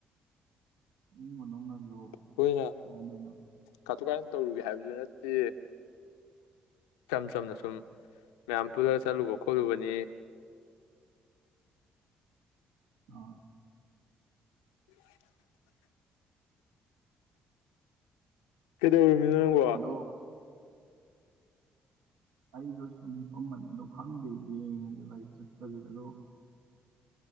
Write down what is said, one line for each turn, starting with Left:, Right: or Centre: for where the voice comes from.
Right: ꯎꯝ ꯃꯧꯅ ꯑꯗꯨ
Left: ꯑꯩꯈꯣꯏꯅ
Right: ꯀꯥꯏꯗꯅꯣ
Left: ꯀꯥꯊꯣꯛ ꯀꯥꯔꯟ ꯇꯧꯔꯨꯒꯦ ꯍꯥꯏꯕꯁꯨ ꯅꯠꯇꯦ ꯏꯆꯝ ꯆꯝꯅ ꯁꯨꯝ ꯃꯌꯥꯝꯝꯄꯨꯔꯗꯔ ꯆꯨ ꯀ ꯈꯣꯂꯨꯕꯅꯤ
Right: ꯑ
Left: <unintelligible> ꯀꯗ ꯃꯤꯅ ꯅꯣ
Right: ꯑꯗꯣ ꯑꯩꯗꯣ ꯁꯨꯝ ꯍꯤꯄꯝꯕꯅꯦ ꯑꯗꯣ ꯈꯪꯗꯦ ꯌꯦꯡꯉꯁꯦ ꯚꯥꯏ ꯆꯠꯄꯗꯨꯗ ꯑꯗꯣ